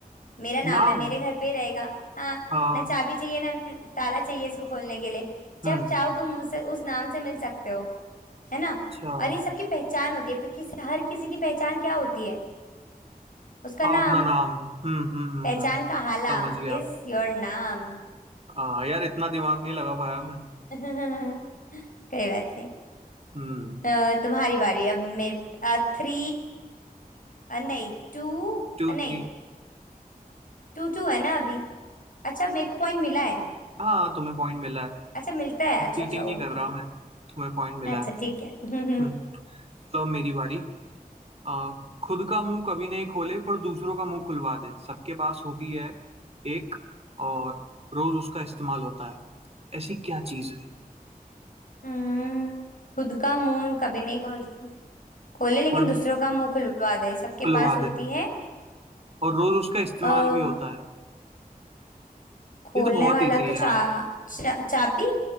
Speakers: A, on the left; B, on the right.
A: मेरा नाम
B: नाम
A: है मेरे घर पे ही रहेगा हाँ
B: हाँ
A: ना चाबी चाहिए ना ताला चाहिए इसको खोलने के लिए जब
B: हम्म
A: चाहो तुम उससे उस नाम से मिल सकते हो है ना
B: अच्छा
A: और ये सबकी पहचान होती है पे- किसी हर किसी की पहचान क्या होती है उसका
B: हाँ
A: नाम
B: अपना नाम हम्म हम्म हम्म
A: पहचान
B: हम्म,
A: का हाला
B: समझ गया
A: इज योर नाम
B: हाँ यार इतना दिमाग नहीं लगा पाया मैं
A: <laughs> कोई बात नहीं
B: हम्म
A: अ, तुम्हारी बारी अब मेरे थ्री नहीं टू
B: Two
A: नहीं
B: three
A: टू टू है ना अभी अच्छा मेरे को पॉइंट मिला है
B: हाँ तुम्हें पॉइंट मिला है
A: अच्छा मिलता है
B: चीटिंग
A: अच्छा अच्छा
B: नहीं
A: ओके
B: कर रहा मैं तुम्हें पॉइंट मिला
A: अच्छा
B: है
A: ठीक है <laughs> हम्म
B: हम्म, चलो अब मेरी बारी आ, खुद का मुंह कभी नहीं खोले पर दूसरों का मुंह खुलवा दे सबके पास होती है एक और रोज उसका इस्तेमाल होता है ऐसी क्या चीज है
A: हम्म, खुद का मुंह कभी नहीं खोलती खोले लेकिन
B: पर
A: दूसरों का मुंह खुलवा दे सबके
B: खुलवा
A: पास होती
B: दे
A: है
B: और रोज उसका इस्तेमाल
A: आ,
B: भी होता है
A: खोलने
B: ये तो बहुत
A: वाला
B: इजी
A: तो
B: है
A: चा,
B: यार
A: चा, चाबी